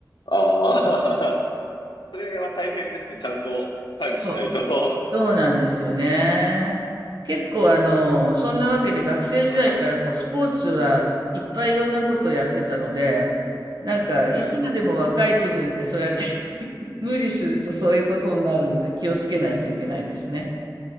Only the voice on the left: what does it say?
ああ、<laughs> それは大変ですね。ちゃんと管理しないと。
結構、はい、
はい。